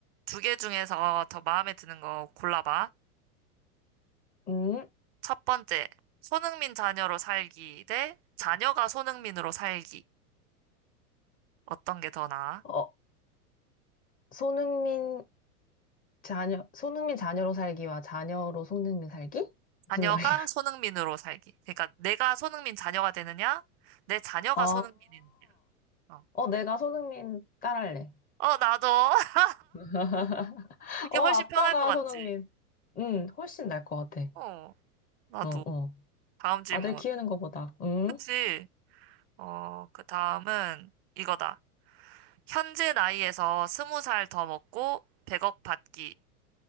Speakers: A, on the right; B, on the left.
A: 두 개 중에서 더 마음에 드는 거 골라봐.
B: 음,
A: 첫 번째, 손흥민 자녀로 살기 대 자녀가 손흥민으로 살기. 어떤 게 더 나아?
B: 어, 손흥민 자녀, 손흥민 자녀로 살기와 자녀로 손흥민 살기? 무슨
A: 자녀가
B: 말이야?
A: 손흥민으로 살기. 그러니까 내가 손흥민 자녀가 되느냐? 내 자녀가
B: <laughs> 아,
A: 손흥민이 되느냐? 어,
B: 어, 내가 손흥민 딸할래.
A: 어, 나도. <laughs>
B: <laughs>
A: 그게
B: 어,
A: 훨씬
B: 아빠가
A: 편할 것 같지?
B: 손흥민. 음, 훨씬 나을 것 같아.
A: 어, 나도.
B: 어, 어.
A: 다음 질문.
B: 아들 키우는 것보다. 응?
A: 그치? 어, 그 다음은 이거다. 현재 나이에서 스무 살 더 먹고 백억 받기.